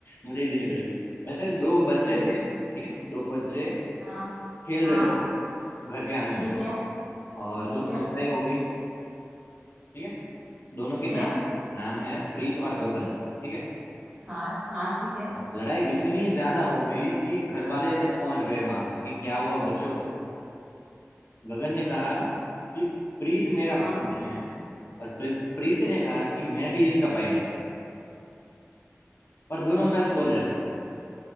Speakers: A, on the left (about 50°); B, on the right (about 20°).
A: मुझे ही देनी पड़ेगी वैसे दो बच्चे
B: ठीक
A: थे
B: है
A: ठीक है दो बच्चे
B: हाँ
A: खेल
B: हाँ
A: रहे थे घर के आंगन
B: ठीक
A: में
B: है
A: और
B: ठीक
A: दोनों
B: है
A: में लड़ाई
B: ठीक
A: हो गई ठीक है दोनों के नाम
B: है
A: नाम है प्रीत और गगन ठीक है
B: हाँ हाँ ठीक है
A: और लड़ाई इतनी ज्यादा हो गई कि घर वाले तक पहुंच गए वहां पर कि क्या हुआ बच्चों गगन ने कहा कि प्रीत मेरा
B: हाँ
A: भाई नहीं है और प्रीत प्रीत ने कहा कि मैं भी इसका भाई नहीं हूँ पर दोनों सच बोल रहे हैं